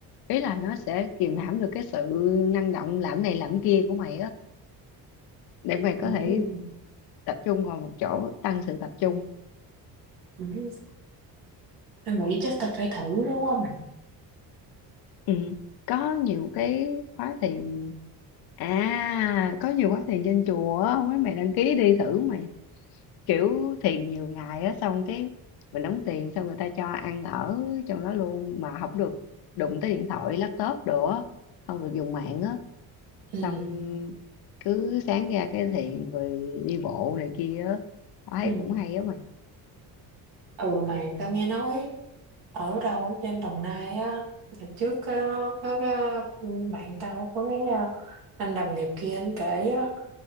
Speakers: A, on the left; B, on the right.
A: Ý là nó sẽ kìm hãm được cái sự năng động làm này làm kia của mày á để mày
B: ừ.
A: có thể tập trung ngồi một chỗ tăng sự tập trung
B: ừ. tao nghĩ chắc tao phải thử đúng không mày
A: ừ. có nhiều cái khóa thiền à có nhiều khóa thiền trên chùa á, mấy mày đăng ký đi thử mày kiểu thiền nhiều ngày á xong cái mình đóng tiền xong người ta cho ăn ở trong đó luôn mà không được đụng tới điện thoại laptop đồ á không được dùng mạng á
B: ừ
A: xong cứ sáng ra cái thiền rồi đi bộ này kia á tao thấy
B: ừ
A: cũng hay á mày
B: ừ mày tao nghe nói ở đâu trên Đồng Nai á hồi trước có, có cái bạn tao có cái ờ, anh đồng nghiệp kia anh kể á,